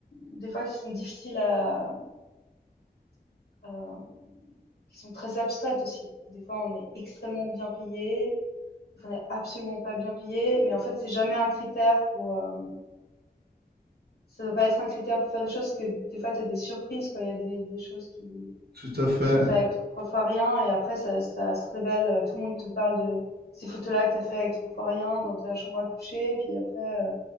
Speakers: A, on the left (about 75°); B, on the right (about 75°).
A: des fois qui sont difficiles à, hem, qui sont très abstraites aussi. Des fois, on est extrêmement bien payé Donc, on n'est absolument pas bien payé, mais en fait, c'est jamais un critère pour. euh, ça doit pas être un critère pour faire des choses, parce que des fois, tu as des surprises, quoi. Il y a des, des choses qui,
B: tout à fait
A: qui sont faites avec trois fois rien, et après, ça, ça se révèle. euh, Tout le monde te parle de ces photos-là que tu as fait avec trois fois rien dans ta chambre à coucher, et puis après, euh,